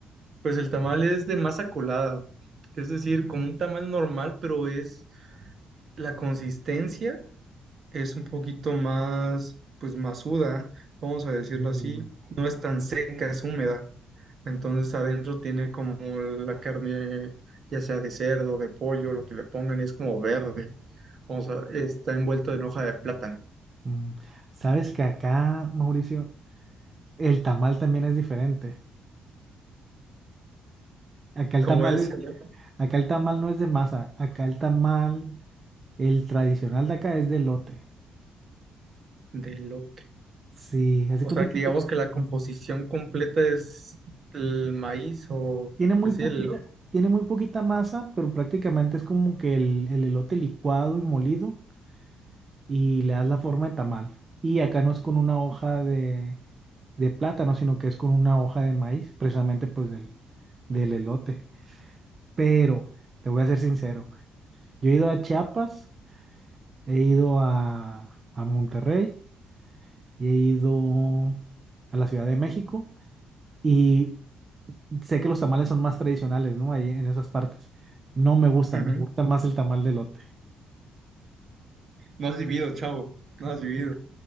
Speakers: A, on the right (about 50°); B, on the right (about 35°).
A: Pues el tamal es de masa colada, es decir, como un tamal normal, pero es La consistencia es un poquito más, pues, masuda, vamos a decirlo
B: Mm,
A: así. No es tan seca, es húmeda. Entonces adentro tiene como la carne, ya sea de cerdo, de pollo, lo que le pongan, y es como verde. O sea, está envuelto en hoja de plátano.
B: mm. ¿Sabes que acá, Mauricio, el tamal también es diferente? Acá el
A: ¿Cómo
B: tamal,
A: es
B: es-
A: allá?
B: acá el tamal no es de masa, acá el tamal, el tradicional de acá es de lote
A: de elote.
B: Sí, hace
A: O
B: cuenta
A: sea,
B: que
A: digamos
B: se-
A: que la composición completa es el maíz o,
B: tiene muy
A: pues
B: poquita,
A: sí, el elote.
B: tiene muy poquita masa, pero prácticamente es como que el, el elote licuado y molido y le das la forma de tamal. Y acá no es con una hoja de, de plátano, sino que es con una hoja de maíz, precisamente pues del, del elote. Pero te voy a ser sincero, yo he ido a Chiapas, he ido a, a Monterrey. y he ido a la Ciudad de México y sé que los tamales son más tradicionales, ¿no? Ahí en esas partes. No me gustan,
A: Ujú.
B: me gusta más el tamal de lote
A: No has vivido, chavo. No has vivido.